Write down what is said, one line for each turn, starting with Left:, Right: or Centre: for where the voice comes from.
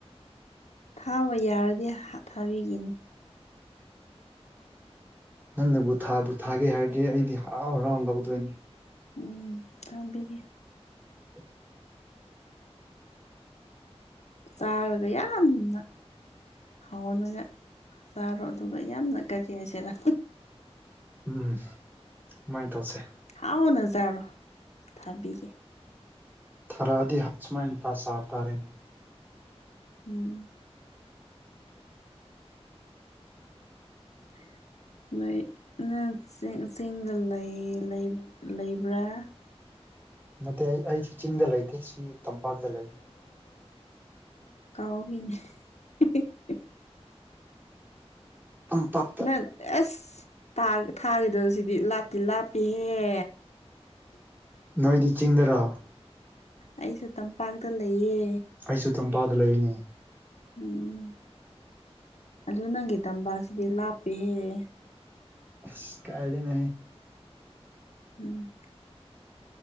Left: ꯊꯥꯕ ꯌꯥꯔꯗꯤ ꯊꯥꯕꯤꯈꯤꯅꯤ
Right: ꯅꯪ ꯅꯕꯨ ꯊꯥꯕꯨ ꯊꯥꯒꯦ ꯍꯥꯏꯔꯗꯤ ꯑꯩꯗꯤ ꯍꯔꯥꯎ ꯍꯔꯥꯎꯅ ꯂꯧꯗꯣꯏꯅꯤ
Left: ꯎꯝ ꯊꯥꯕꯤꯒꯦ
Right: <inaudible>
Left: ꯆꯥꯎꯔꯦ ꯌꯥꯝꯅ꯫ ꯍꯥꯎꯅꯒ ꯆꯥꯔꯣ ꯑꯗꯨꯒ ꯌꯥꯝꯅ ꯀꯔꯤ ꯍꯥꯏꯁꯤꯔ
Right: ꯎꯝ ꯑꯖꯨꯃꯥꯏ ꯇꯧꯁꯦ꯫
Left: ꯍꯥꯎꯅ ꯆꯥꯔꯣ ꯊꯥꯕꯤꯒꯦ꯫
Right: ꯊꯔꯥꯗꯤ ꯍꯛ ꯁꯨꯃꯥꯏꯅ ꯍꯥ ꯁꯥꯞꯇꯔꯦꯅꯦ꯫
Left: ꯎꯝ <unintelligible> ꯅꯣꯏ ꯅꯣꯏ ꯆꯤꯡ ꯆꯤꯡꯗ ꯂꯩ ꯂꯩꯕ꯭ꯔꯥ꯫
Right: ꯅꯠꯇꯦ ꯑꯩ ꯑꯩꯁꯤ ꯆꯤꯡꯗ ꯂꯩꯇꯦ ꯁꯤ ꯇꯝꯄꯥꯛꯇ ꯂꯩ꯫
Left: ꯀꯥꯎꯒꯤꯅꯦ <unintelligible>
Right: ꯇꯝꯄꯥꯛꯇ
Left: ꯅꯪꯗꯦ ꯑꯁ ꯇꯥ ꯊꯥꯒꯗꯧ ꯁꯤꯗꯤ ꯂꯥꯞꯇꯤ ꯂꯥꯞꯄꯤꯍꯦ꯫
Right: ꯅꯣꯏꯗꯤ ꯆꯤꯡꯗꯔꯣ꯫
Left: ꯑꯩꯁꯨ ꯇꯝꯄꯥꯛꯇ ꯂꯩꯌꯦ꯫
Right: ꯑꯩꯁꯨ ꯇꯝꯄꯥꯗ ꯂꯩꯔꯤꯅꯤ꯫
Left: ꯎꯝ ꯑꯗꯨ ꯅꯪꯒꯤ ꯇꯝꯕꯥꯁꯤꯗꯤ ꯂꯥꯞꯄꯦꯍꯦ꯫
Right: ꯑꯁ ꯀꯥꯏꯗꯩꯅꯣ ꯍꯦ꯫
Left: ꯎꯝ